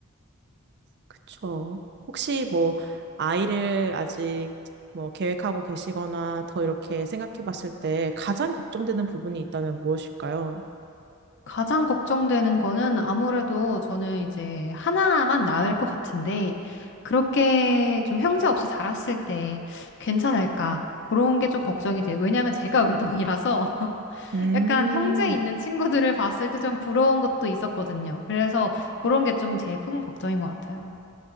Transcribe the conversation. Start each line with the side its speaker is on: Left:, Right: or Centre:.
Right: 그쵸. 혹시 뭐 아이를 아직 뭐 계획하고 계시거나 더 이렇게 생각해 봤을 때 가장 걱정되는 부분이 있다면 무엇일까요?
Left: 가장 걱정되는 거는 아무래도 저는 이제 하나만 낳을 것 같은데, 그렇게 좀 형제 없이 자랐을 때 괜찮을까? 그런 게 좀 걱정이 돼요. 왜냐하면 제가 외동이라서 <laughs>
Right: 음.
Left: 약간 형제 있는 친구들을 봤을 때 좀 부러운 것도 있었거든요. 그래서 그런 게 좀 제일 큰 걱정인 것 같아요.